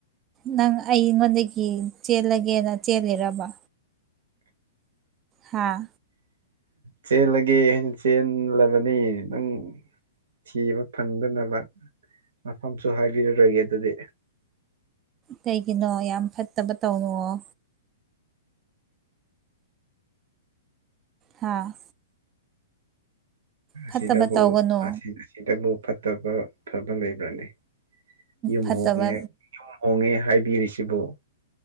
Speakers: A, on the right (about 30°); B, on the right (about 75°).
A: ꯅꯪ ꯑꯩꯉꯣꯟꯗꯒꯤ ꯆꯦꯜꯂꯒꯦꯅ ꯆꯦꯂꯤꯔꯕ ꯍꯥꯥ
B: ꯆꯦꯜꯂꯒꯦ ꯍꯥꯅ ꯆꯦꯜꯂꯕꯅꯤ ꯅꯪ꯫ ꯊꯤꯕ ꯐꯪꯗꯅꯕ ꯃꯐꯝꯁꯨ ꯍꯥꯏꯕꯤꯔꯔꯣꯏꯒꯦ ꯑꯗꯨꯗꯤ꯫
A: ꯀꯩꯒꯤꯅꯣ ꯌꯥꯝ ꯐꯠꯇꯕ ꯇꯧꯅꯨꯑꯣ꯫ ꯍꯥꯥ꯫ ꯐꯠꯇꯕ
B: ꯁꯤꯗꯕꯨꯁ
A: ꯇꯧꯒꯅꯨ
B: ꯑꯁꯤ ꯑꯁꯤ꯫ ꯁꯤꯗꯕꯨ ꯐꯠꯇꯕ ꯐꯕ ꯂꯩꯕ꯭ꯔꯅꯦ ꯌꯨꯝ
A: ꯐꯠꯇꯕ
B: ꯍꯣꯡꯉꯦ ꯍꯥꯏꯕꯅꯤ꯫ ꯌꯨꯝ ꯍꯣꯡꯉꯦ ꯍꯥꯏꯕꯤꯔꯤꯁꯤꯕꯨ꯫